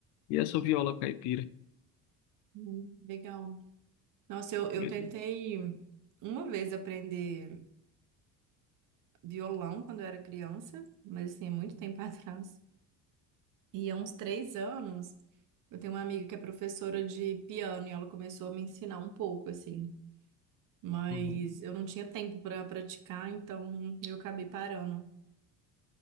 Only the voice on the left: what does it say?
E essa viola caipira.
Pois
é.
Uhum.